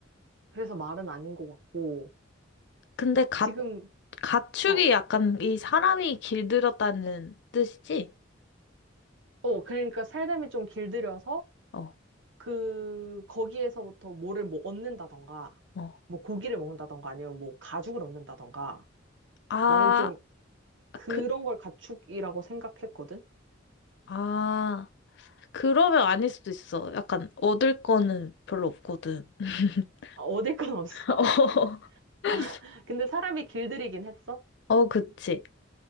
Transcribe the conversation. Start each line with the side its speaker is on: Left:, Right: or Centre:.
Right: 그래서 말은 아닌 것 같고,
Left: 근데 가,
Right: 지금,
Left: 가축이
Right: 어,
Left: 약간 이 사람이 길들였다는 뜻이지?
Right: 어, 그러니까 살림이 좀 길들여서
Left: 어,
Right: 그, 거기에서부터 뭐를 뭐 얻는다던가,
Left: 어.
Right: 뭐 고기를 먹는다던가, 아니면 뭐 가죽을 얻는다던가.
Left: 아,
Right: 나는 좀 그런
Left: 그,
Right: 걸 가축이라고 생각했거든?
Left: 아, 그러면 아닐 수도 있어. 약간 얻을 거는 별로 없거든. <laughs>
Right: 아, 얻을 건 없어?
Left: 어,
Right: <laughs>
Left: <laughs>
Right: 아, 근데 사람이 길들이긴 했어?
Left: 어, 그치.